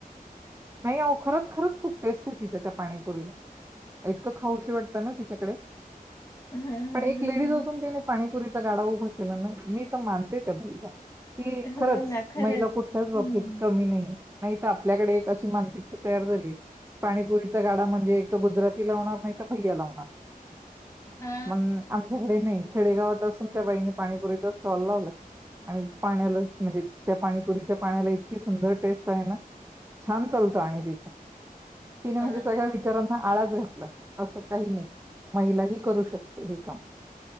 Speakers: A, on the right; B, on the left.
A: नाही आओ खरंच खरच खूप टेस्ट आहे तिच्या त्या पाणीपुरीला इतकं खाऊशी वाटतं ना तिच्याकडे
B: हा हा
A: पण एक
B: हा
A: लेडीज
B: हा
A: असून तीने पाणीपुरीच चा गाडा उभा केला नाही मी त मानते त्या बाईला. की
B: हो
A: खरंच
B: ना
A: महिला कुठल्याच बाबतीत
B: हम्म
A: कमी नाहीये. नाही तर आपल्याकडे कीवअशी मानसिकता तयार झाली आहे पाणीपुरीचा गाडा म्हणजे एक गुजराती लावणार नाही तर भैया लावणार.
B: हा
A: मण आमच्याकडे नाही खेडेगावात असून त्या बाईनी पाणीपुरीचा स्टॉल लावलाय आणि पाण्याला म्हणजे त्या पाणीपुरीच्या पाण्याला इतकी सुंदर टेस्ट आहे ना छान चालतो आणि तिस तिने म्हणे
B: हा
A: सगळ्या
B: हा
A: विचारांना आळाज घेत असं काही नाही महिलाही करू शकते हे काम